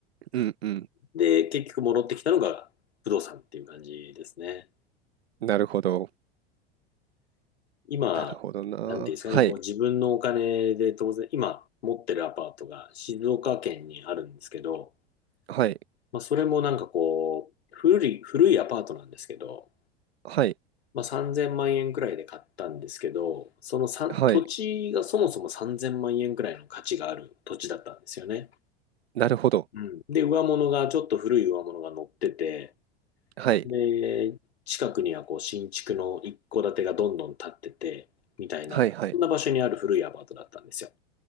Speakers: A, on the right; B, on the left.
A: うんうん。
B: で、結局戻ってきたのが不動産っていう感じですね。
A: なるほど。
B: 今、
A: なるほどな。
B: なんていうんですかね、
A: はい。
B: こう自分のお金で当然、今持ってるアパートが静岡県にあるんですけど、
A: はい。
B: まあ、それもなんかこう、古い、古いアパートなんですけど、
A: はい。
B: まあ、3000万円くらいで買ったんですけど、そのさん土地がそもそも3000万円くらいの価値がある土地だったんですよね。
A: はい。なるほど。
B: うん。で、上物が、ちょっと古い上物が乗ってて、
A: はい。
B: で、近くにはこう新築の一戸建てがどんどん建ってて、みたいな、
A: はいはい。
B: そんな場所にある古いアパートだったんですよ。